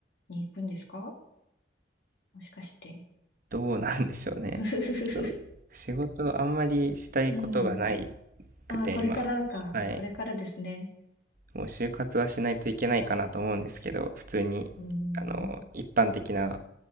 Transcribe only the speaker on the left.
に行くんですかもしかして。
<laughs> うふふふふ。
うん。
ああ、これからか。
これからですね。
うん、